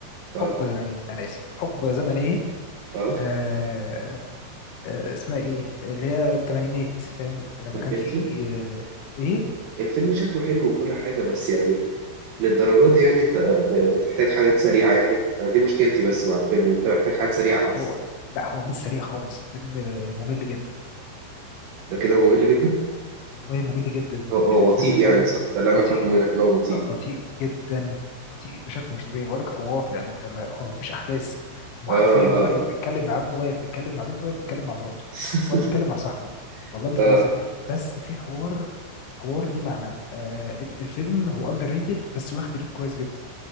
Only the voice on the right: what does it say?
اه
اه
ال-
الفيلم
الفيلم شكله حلو وكل حاجه بس يعني للدرجه دي يعني انت ب- بتحتاج حاجات سريعه يعني انا دي مشكلتي بس مع الفيلم انت محتاج حاجات سريعه
بس
ده كده ممل جدا
هو هو
بطيء
يعني صح ده اللي انا
فاهمه هنا كان هو بطيء
اه
اه
اه
<laughs>
اه